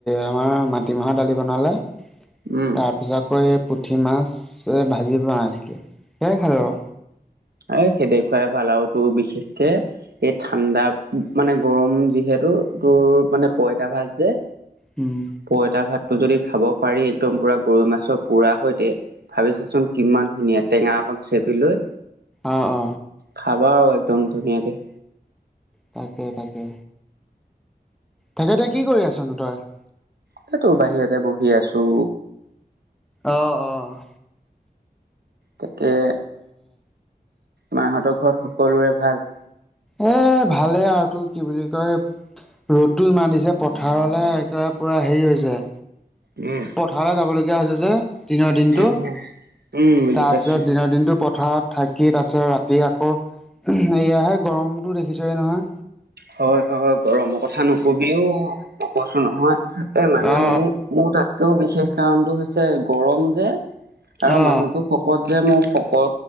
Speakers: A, in the centre; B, on the right.
A: আমাৰ মাটিমাহৰ দালি বনালে
B: উম,
A: তাৰ য়াকৈ পুঠি মাছ ভাজিব <unintelligible> সেয়াই খালো। আৰু
B: আই খেদেখুৱাই ভাল আৰু তোৰ বিশেষকে এই ঠাণ্ডা মানে গৰম যিহেতু তোৰ মানে পইতা ভাত যে
A: উম।
B: পইতা ভাতটো যদি খাব পাৰি একদম পুৰা গৰৈ মাছৰ পোৰা সৈতে ভাবিছাচোন কিমান ধুনীয়া টেঙা অকণ চেপি লৈ
A: অ অ
B: খাবা আৰু একদম ধুনীয়াকে।
A: তাকে তাকে। তেখেতে কি কৰি আছনো তই?
B: <unintelligible> বাহিৰতে বহি আছো।
A: অ অ।
B: তাকে, মাহঁতৰ ঘৰত সকলোৰে ভাল?
A: এ ভালেই আৰু তোৰ কি বুলি কয় ৰ'দটো ইমান দিছে পথাৰলৈ একেবাৰে পূৰা হেৰি হৈছে
B: উম
A: সদাই যাবলগীয়া হৈছে যে। দিনৰ দিনটো,
B: উম, উম, উম, বুজি
A: তাৰপিছত
B: পাইছো।
A: দিনৰ দিনটো পথাৰত থাকি তাৰপিছত ৰাতি তি আকৌ এয়াহে গৰমটো দেখিছয়ে নহয়।
B: হয় হয় হয় গৰমৰ কথা নকবিও মই কৈছো নহয় এ মানে
A: অ
B: মোৰ মোৰ তাত কও বিশেষ কাৰণটো হৈছে গৰম যে আৰু
A: অ
B: মানুহতো কত যে মোৰ শকত।